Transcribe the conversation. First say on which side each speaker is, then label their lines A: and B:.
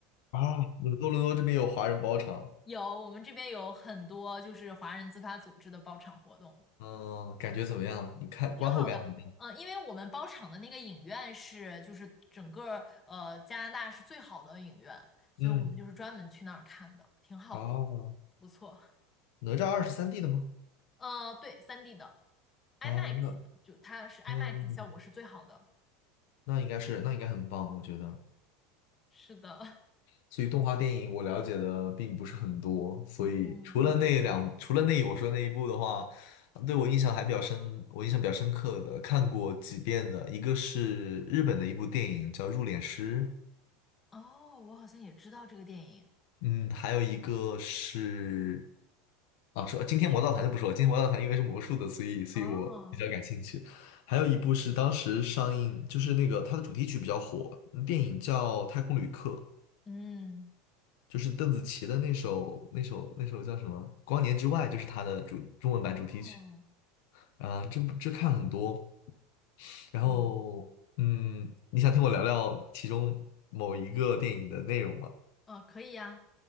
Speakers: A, on the left (about 60°); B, on the left (about 15°).
A: 啊！你们多伦多这边有华人包场，
B: 有，我们这边有很多就是华人自发组织的包场活动，
A: 嗯、感觉怎么样？你看观后感怎么样？
B: 挺好的。嗯，因为我们包场的那个影院是就是整个呃加拿大是最好的影院，所以我们就是专门去那儿看的，
A: 嗯
B: 挺好的，
A: 啊。
B: 不错。
A: 哪吒二是 3D 的吗？
B: 呃，对三 d 的 IMAX
A: 啊，那
B: 的，就它是 IMAX
A: 嗯，
B: 的效果是最好的。
A: 那应该是，那应该很棒，我觉得。
B: 是的，
A: 所以动画电影我了解的并不是很多，所以除了那两，
B: <laughs> 嗯，
A: 除了那我说那一部的话，对我印象还比较深，我印象比较深刻的看过几遍的，一个是日本的一部电影叫《入殓师》，
B: 哦，我好像也知道这个电影。
A: 嗯，还有一个是，啊，说今天魔盗团就不说了，今天魔盗团因为是魔术的，所以所以我比较感兴趣。
B: 哦，
A: 还有一部是当时上映，就是那个它的主题曲比较火，电影叫《太空旅客》，
B: 嗯，
A: 就是邓紫棋的那首那首那首叫什么《光年之外》，就是它的主中文版主题曲。
B: 哦，
A: 啊，这部这看很多，然后嗯，
B: 嗯，
A: 你想听我聊聊其中某一个电影的内容吗？
B: 呃，可以呀，